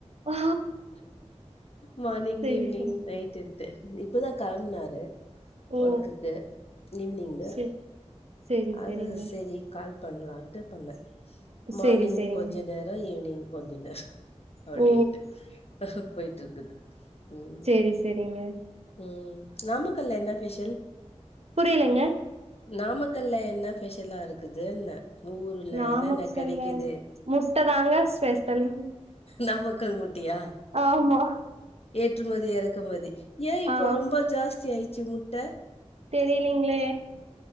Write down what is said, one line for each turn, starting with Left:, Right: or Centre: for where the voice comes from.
Right: ஓ!
Left: மார்னிங்
Right: சரி,
Left: ஈவினிங்
Right: சரி.
Left: நைட்டுன்டு இப்பதா களம்ப்னாரு
Right: ஓ!
Left: ஒர்க்குக்கு ஈவ்னிங்கு
Right: சரி, சரி,
Left: அது
Right: சரிங்க.
Left: செரி கால் பண்ணலான்ட்டு பண்ண மார்னிங்
Right: சரி, சரிங்க.
Left: கொஞ்ச நேர ஆ ஈவினிங் கொஞ்ச நேர அப்டின்ட்டு
Right: ஓ!
Left: போய்ட்ருக்குது ம்
Right: சரி, சரிங்க.
Left: ம் நாமக்கல்ல என்ன ஃபெஷல்
Right: புரியலங்க
Left: நாமக்கல்ல என்ன ஃபெஷலா இருக்குதுன்ன ஊருல
Right: நாமக்கல்ல
Left: என்னன்ன கெடைக்குது
Right: முட்ட தாங்க ஸ்பெஷல்.
Left: நாமக்கல் முட்டையா
Right: ஆமா.
Left: ஏற்றுமதி எறக்குமதி ஏ இப்போ
Right: ஆ
Left: ரொம்ப ஜாஸ்தியாச்சு முட்ட
Right: தெரியலிங்ளே